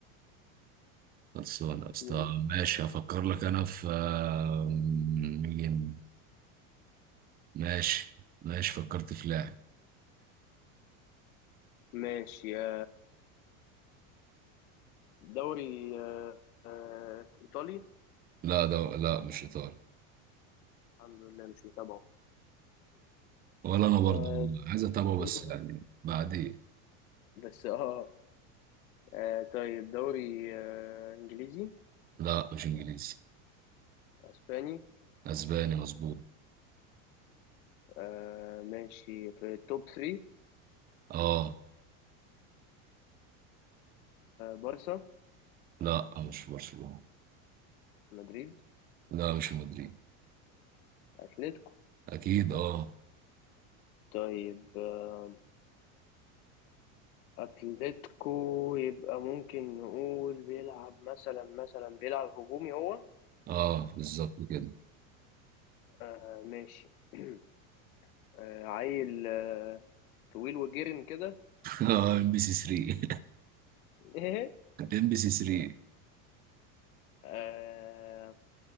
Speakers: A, on the right; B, on the left.
A: خلصانة يا اسطى
B: مم.
A: ماشي هفكر لك أنا في آه، مين ماشي ماشي فكرت في لاعب
B: ماشي يا دوري آه، آه، ايطالي
A: لا ده لا مش إيطالي
B: الحمد لله مش متابعه
A: ولا أنا برضه
B: آه،
A: عايز أتابعه بس
B: <laughs>
A: يعني بعدين
B: بس اه آه، طيب دوري آه، انجليزي
A: لا مش إنجليزي
B: اسباني
A: أسباني مظبوط
B: آه، ماشي في التوب 3
A: اه
B: بارسا
A: لا آه، مش في برشلونة
B: مدريد
A: لا مش في مدريد
B: أتلتيكو
A: اكيد اه
B: طيب آم، أتلتيكو يبقى ممكن نقول بيلعب مثلا مثلا بيلعب هجومي هو
A: اه بالظبط كده
B: آه ماشي <clears throat> آه عيل آه طويل وجرم كده
A: <laughs> اه ام بي سي 3
B: <laughs> ايه
A: <laughs> ام بي سي 3
B: آه